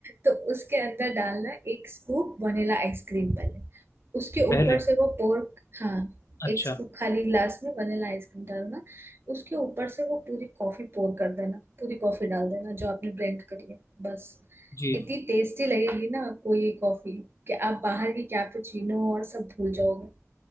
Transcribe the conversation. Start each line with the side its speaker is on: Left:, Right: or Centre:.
Right: तो उसके अंदर डालना एक स्कूप वनीला आइसक्रीम पहले उसके
Left: पहले
Right: ऊपर से वो पोर्क हाँ
Left: अच्छा
Right: एक स्कूप खाली ग्लास में वनीला आइसक्रीम डालना उसके ऊपर से वो पूरी कॉफी पोर कर देना पूरी कॉफी डाल देना जो आपने ब्लेंड करी है बस
Left: जी
Right: इतनी टेस्टी लगेगी ना आपको ये कॉफी कि आप बाहर की कैपुचिनो और सब भूल जाओगे